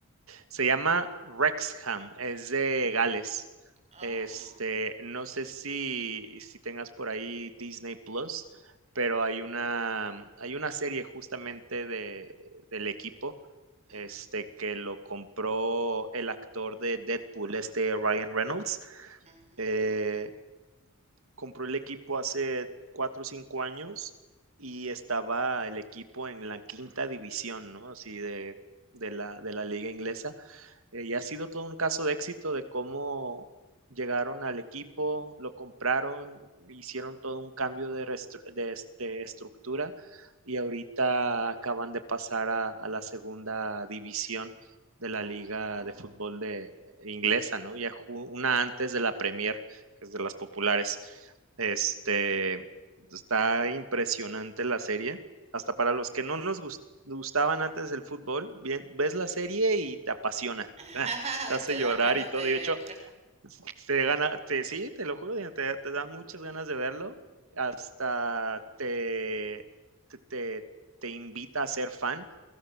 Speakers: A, on the right (about 70°); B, on the right (about 30°).
A: Se llama Rexham, es de Gales.
B: Ah,
A: Este, no sé si, si tengas por ahí Disney Plus, pero hay una, hay una serie justamente de, del equipo
B: ujú,
A: este, que lo compró el actor de Deadpool, este Ryan Reynolds.
B: ujú,
A: Eh, compró el equipo hace cuatro o cinco años y estaba el equipo en la quinta división, ¿no? Así de, de la, de la liga inglesa. Eh, y ha sido todo un caso de éxito de cómo llegaron al equipo, lo compraron, hicieron todo un cambio de, de, de estructura y ahorita acaban de pasar a, a, la segunda división de la liga
B: ah.
A: de fútbol de eh, inglesa, ¿no? Ya una antes de la Premier, que es de las populares. Este está impresionante la serie. Hasta para los que no nos gust- gustaban antes el fútbol, bien, ves la serie y te apasiona.
B: <laughs>
A: <laughs> te hace
B: Te
A: llorar
B: dan ganas
A: y todo.
B: de
A: Y de hecho,
B: verla.
A: te gana, te, sí, te lo juro, te, te da muchas ganas de verlo. Hasta te, te, te, te invita a ser fan